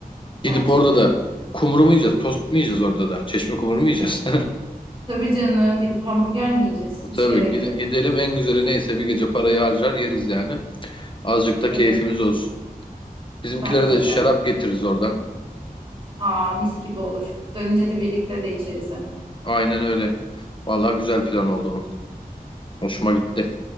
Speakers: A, on the left; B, on the right.
A: Gidip
B: Bence
A: orada
B: de.
A: da kumru mu yiyeceğiz? Tost mu yiyeceğiz orada da? Çeşme kumru mu yiyeceğiz?
B: Tabii canım gidip hamburger mi yiyeceğiz?
A: <laughs>
B: Hiç
A: Tabii
B: gerek
A: gide-
B: yok.
A: gidelim en güzeli neyse bir gece parayı harcar yeriz yani. Azıcık da
B: Evet
A: keyfimiz olsun. Bizimkilere
B: bence
A: de şarap
B: de.
A: getiririz oradan.
B: Aa mis gibi olur. Dönünce de birlikte de içeriz. hem.
A: Aynen öyle. Vallahi güzel plan oldu bu. Hoşuma gitti.